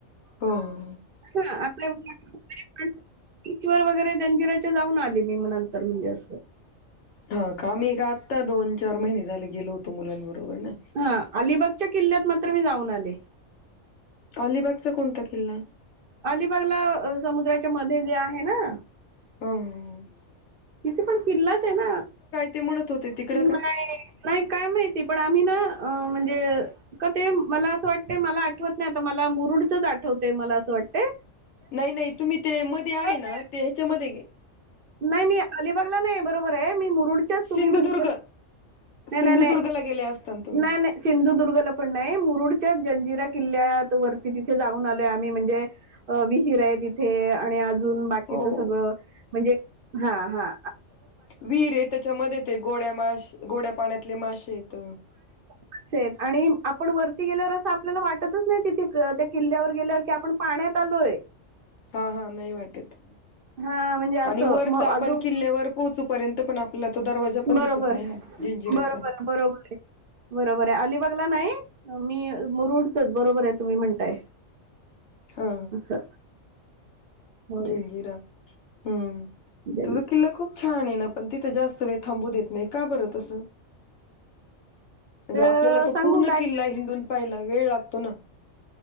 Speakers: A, on the left; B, on the right.
A: हो हो
B: हां आपल्या किल्ल्या वर वगैरे जंजिराच्या जाऊन आले मी मग नंतर म्हणजे असं
A: हा का आम्ही एक आत्ता दोन चार महिने झाले गेलो होतो मुलांबरोबर ना
B: हा अलिबागच्या किल्ल्यात मात्र मी जाऊन आले
A: अलिबागचा कोणता किल्ला
B: अलिबागला समुद्राच्या मध्ये जे आहे ना
A: हम
B: तिथे पण किल्लाच आहे ना
A: ते म्हणत होते तिकडं
B: नाही
A: का
B: नाही काय माहिती पण आम्ही ना म्हणजे का ते मला असं वाटते मला आठवत नाही आता मला मुरुडच आठवत हो मला असं वाटते
A: नाही नाही तुम्ही ते मध्ये आहे
B: नाही,
A: ना ते ह्याच्यामध्येे
B: नाही मी अलिबागला नाही बरोबर आहे मी मुरुडच्याच तुम्ही
A: सिंधुदुर्ग
B: म्हणता नाही
A: सिंधुदुर्गला
B: नाही नाही
A: गेले असता ना तुम्ही
B: नाही नाही सिंधुदुर्गला पण नाही मुरुड च्या जंजिरा किल्ल्यात वरती तिथे जाऊन आलोय आम्ही म्हणजे विहीर आहे तिथे आणि आ अजून बाकीच
A: हो
B: सगळं म्हणजे हा हा
A: विहिर आहे त्याच्या मध्ये ते गोड्या माश गोड्या पाण्यातले मासे येत
B: मासे आणि आपण वरती गेल्यावर असं आपल्याला वाटतच नाही तिथ त्या किल्ल्यावर गेल्यावर की आपण पाण्यात आलोय
A: हा हा नाही वाटेत
B: हा म्हणजे
A: आणि
B: असं
A: वरचा
B: मग
A: आपण
B: अजून
A: किल्ल्यावर पोहोचूपर्यंत पण आपल्याला तो दरवाजा पण
B: बरोबर
A: दिसत नाही ना जंजिऱ्याच्या
B: बरोबर बरोबर
A: <inaudible>
B: आहे बरोबर आहे अलिबागला नाही मी मुरुडचच बरोबर आहे तुम्ही म्हणताय
A: हा
B: असं होय
A: जंजिरा हम्म
B: दिल्ली.
A: तसा किल्ला खूप छान आहे ना पण तिथं जास्त सगळे थांबू देत नाही का बरं तसं म्हणजे
B: तर
A: आपल्याला तो
B: सांगू
A: पूर्ण
B: काय
A: किल्ला हिंडून पाहिला वेळ लागतो ना